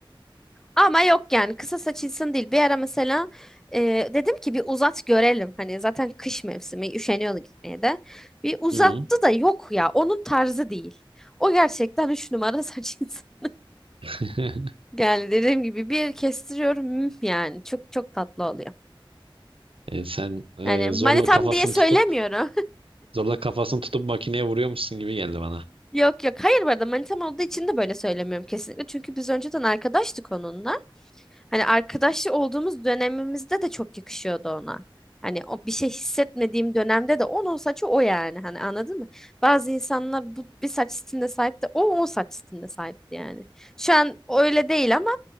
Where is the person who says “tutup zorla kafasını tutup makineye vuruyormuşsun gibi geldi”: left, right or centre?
Right